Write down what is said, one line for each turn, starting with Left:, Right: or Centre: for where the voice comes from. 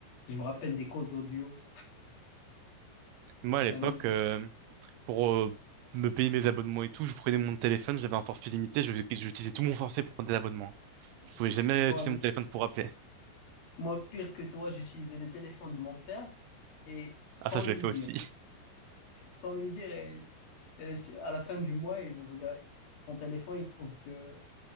Left: Je me rappelle des codes audio.
Right: Moi,
Left: C'était
Right: à l'époque,
Left: un autre.
Right: euh, pour euh, me payer mes abonnements et tout, je prenais mon téléphone, j'avais un forfait limité, je- j'utilisais tout mon forfait pour prendre des abonnements. Je pouvais jamais
Left: Moi,
Right: utiliser mon téléphone pour appeler.
Left: moi, pire que toi, j'utilisais le téléphone de mon père et sans
Right: Ah, ça, je
Left: lui
Right: l'ai fait
Left: dire.
Right: aussi. <laughs>
Left: Sans lui dire, et, et su- à la fin du mois, il regarde son téléphone, il trouve que